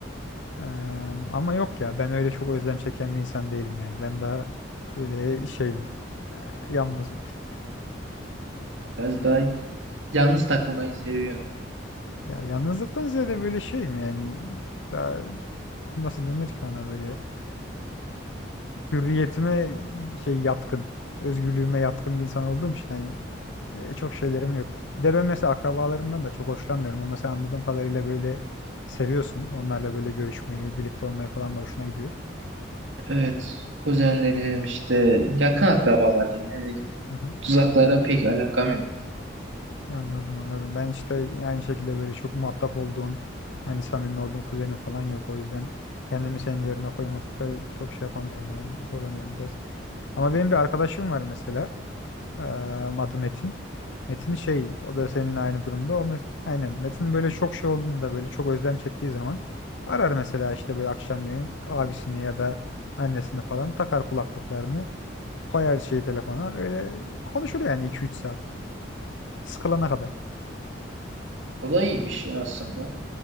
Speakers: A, on the left; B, on the right.
A: Eee, ama yok ya ben öyle çok özlem çeken bir insan değilim yani. Ben daha böyle şeyim eee, yalnızım.
B: Biraz daha yalnız takılmayı seviyorum.
A: Ya yalnızlıktan ziyade böyle şeyim yani daha nasıl denir ki ona böyle hürriyetime şey yatkın özgürlüğüme yatkın bir insan olduğum için hani E, çok şeylerim yok. Bir de ben mesela akrabalarımdan da çok hoşlanmıyorum ama sen anladığım kadarıyla böyle seviyorsun. Onlarla böyle görüşmeyi, birlikte olmayı falan da hoşuna gidiyor.
B: Evet. Kuzenlerim işte yakın akrabalar diyeyim. Yani
A: Hı hı.
B: uzaklara pek alakam yok.
A: Anladım anladım. Ben işte aynı şekilde böyle çok muhatap olduğum, hani samimi olduğum kuzenim falan yok. O yüzden kendimi senin yerine koymakta çok şey yapamıyorum yani zorlanıyorum biraz. Ama benim bir arkadaşım var mesela. Ee, adı Metin. Metin şey o da seninle aynı durumda. O mes- aynen Metin böyle çok şey olduğunda böyle çok özlem çektiği zaman arar mesela işte böyle akşamleyin abisini ya da annesini falan takar kulaklıklarını koyar şeyi telefona öyle konuşur yani iki üç saat sıkılana kadar.
B: O da iyiymiş ya aslında.